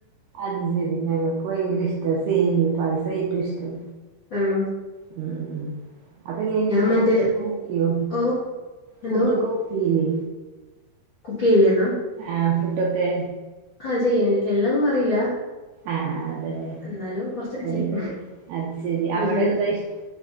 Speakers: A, on the right; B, on the left.
A: അത് ശെരി ഞങ്ങള്. ക്ക് ഭങ്കര ഇഷ്ടാ, സേമീ പായസാ. ഏറ്റും ഇഷ്ടം.
B: ഉം
A: ഉം ഉം അതെങ്ങെനെ വീട്ടില്
B: മറ്റേ
A: ഫുഡൊക്കെ കുക്കെയ്യോ.
B: ഓ എന്തോ
A: ഫുഡ്ഡേക്കെകുക്കെയ്യെ.
B: കുക്കെയ്യില്ലെന്നാ.
A: ആഹ് ഫുഡൊക്കെ
B: ആഹ് ചെയ്യും എ എല്ലാം ഒന്നും അറിയില്ല.
A: ആഹ് അതല്ലേ
B: എന്നാലും കുറച്ചൊക്കെ
A: ഒരുവിധോക്കെ
B: ചെയ്യും
A: അടിച്ചേരി,
B: ഒരുവിധം
A: അവിടെ എന്താ ഇഷ്ട-